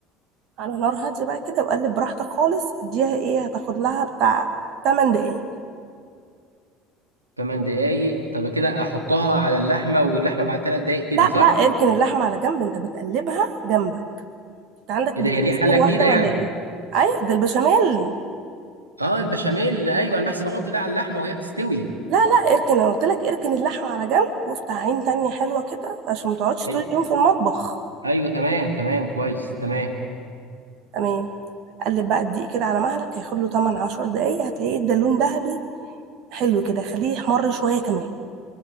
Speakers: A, on the right; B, on the right.
A: على نار هادية بقى كده وقلب براحتك خالص اديها ايه هتاخد لها بتاع 8 دقايق
B: ثمان دقايق طب كده احطها على اللحمه واللحمه بعد ثلاث دقايق كده
A: لا
B: صح
A: لا اركن اللحمة على جنب انت بتقلبها جنبك انت عندك
B: ايه ده
A: بتغسلين
B: هي دي حله جديده
A: واحدة
B: يعني
A: ولا ايه ايوه ده البشاميل
B: اه البشاميل ايوه انا بحسب احط ده على اللحمه وهي بتستوي
A: لا لا اركن انا قلت لك اركن اللحمة على جنب وافتح عين تانية حلوة كده عشان ما تقعدش
B: أي.
A: طول اليوم في المطبخ
B: ايوه تمام تمام كويس تمام
A: تمام قلب بقى الدقيق كده على مهلك هياخد له 8 10 دقايق هتلاقيه ادى لون ذهبي حلو كده خليه يحمر شوية كمان